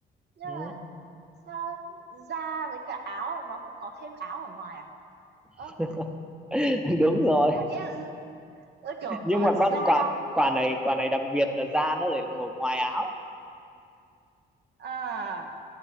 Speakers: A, on the right (about 55°); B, in the centre.
A: nhưng
B: Ừ.
A: mà sao da với cả áo nó cũng có thêm áo ở ngoài à ơ
B: <laughs> đúng rồi
A: đáng nghĩa là- ơ kiểu
B: nhưng
A: ờ,
B: mà
A: da
B: con quả quả này quả này đặc biệt là da nó lại ngồi ngoài áo
A: à